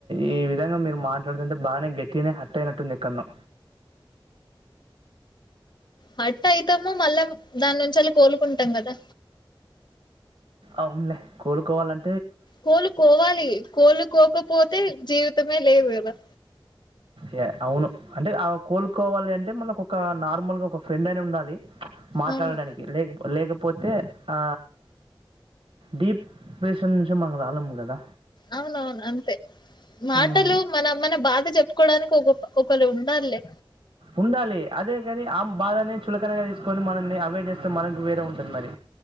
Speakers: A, on the right; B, on the left.
A: ఈ విధంగా మీరు మాట్లాడుతుంటే బాగానే గట్టిగానే హర్ట్ అయినట్టుంది ఎక్కడనో
B: హట్ అయితము మళ్ళా దాని నుంచి ఎళ్ళి కోలుకుంటాం కదా
A: అవునులే కోలుకోవాలం
B: కోలుకోవాలి కోలుకోకపోతే జీవితమే లేదు కదా.
A: యా అవును అంటే ఆ కోలుకోవాలి అంటే మనకు ఒక నార్మల్గా ఒక ఫ్రెండ్ అని ఉండాలి. మాట్లాడడానికి
B: అవును
A: లేక లేకపోతే ఆ డిప్ ప్రేషన్ నుంచి మనం రాలేము కదా
B: అవునవును అంతే మాటలు
A: హ్మ్.
B: మన మన బాధ చెప్పుకోవడానికి ఒక ఒకలు ఉండాలే
A: ఉండాలి అదే కానీ ఆ బాధనే చులకనగా తీసుకొని మనల్ని అవైడ్ చేస్తే మనకు వేరే ఉంటది మరి